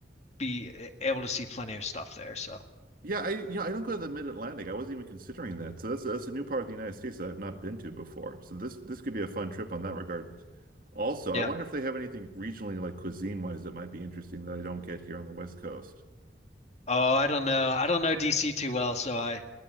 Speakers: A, on the left; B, on the right.
A: be eh, able to see plenty of stuff there. So
B: Yeah, I you know I don't go to the Mid-Atlantic. I wasn't even considering that. So that's that's a new part of the United States that I've not been to before. So this this could be a fun trip on that regard. Also,
A: yeah.
B: I wonder if they have anything regionally like cuisine-wise that might be interesting that I don't get here on the West Coast.
A: Oh, I don't know. I don't know DC too well, so I.